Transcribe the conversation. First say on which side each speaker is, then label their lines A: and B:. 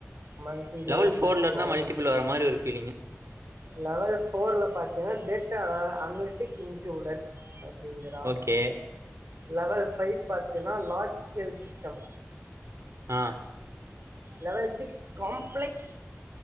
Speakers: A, on the right; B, on the right.
A: மல்டிடிவேஸ்னஷ்னல்
B: லெவல் ஃபோர்ல
A: ஸ்கோர்
B: இருந்தா மல்டிபிள் வர மாரி ஒரு ஃபீலிங்கு
A: லெவல் ஃபோர்ல பாத்த ஏன்னா டேட்டா அன்லிட்டிக் இன்குளூடர் அப்டிங்றா
B: ஓகே
A: லெவல் பை பார்த்தினால் லார்ஜ் ஸ்கில் சிஸ்டம்
B: அ
A: லவல் சிக்ஸ் காம்ப்ளக்ஸ்